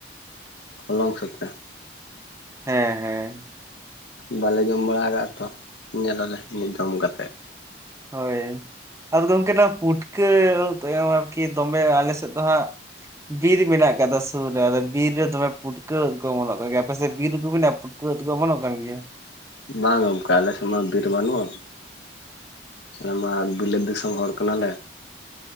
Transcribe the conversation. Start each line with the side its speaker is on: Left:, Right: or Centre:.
Left: ᱦᱚᱞᱚᱝ ᱥᱟᱛᱮᱜ?
Right: ᱦᱮᱸ ᱦᱮᱸ
Left: ᱵᱟᱞᱮ ᱡᱚᱢ ᱵᱟᱲᱟ ᱠᱟᱜᱼᱠᱟᱣᱟ ᱾ ᱧᱮᱞ ᱟᱞᱮ ᱡᱚᱢ ᱠᱟᱛᱮᱜ
Right: ᱦᱳᱭ ᱟᱫᱚ ᱾ ᱜᱚᱢᱠᱮ ᱯᱩᱴᱠᱟᱹ ᱟᱨᱠᱤ ᱫᱚᱢᱮ ᱟᱞᱮ ᱥᱮᱫ ᱫᱚ ᱦᱟᱸᱜ ᱵᱤᱨ ᱢᱮᱱᱟᱜ ᱟᱠᱟᱫᱟ ᱥᱩᱨ ᱨᱮ ᱟᱫᱚ ᱵᱤᱨ ᱨᱮ ᱫᱚᱢᱮ ᱯᱩᱴᱠᱟᱹ ᱩᱫ ᱠᱚ ᱚᱢᱚᱱᱚᱜ ᱠᱟᱱ ᱜᱮᱭᱟ ᱾ ᱟᱯᱮᱥᱮᱫ ᱵᱤᱨ ᱠᱚ ᱢᱮᱱᱟᱜ ᱟ ᱯᱩᱴᱠᱟᱹ ᱩᱫ ᱫᱚ ᱠᱚ ᱚᱢᱚᱱᱚᱜ ᱠᱟᱱ ᱜᱮᱭᱟ?
Left: ᱵᱟᱝ ᱜᱚᱢᱠᱮ ᱟᱞᱮ ᱥᱮᱫ ᱢᱟ ᱵᱤᱨ ᱵᱟᱹᱱᱩᱜᱼᱟ ᱾ ᱟᱞᱮᱢᱟ ᱵᱤᱞᱟᱹᱛ ᱫᱤᱥᱚᱢ ᱦᱚᱲ ᱠᱟᱱᱟᱞᱮ ᱾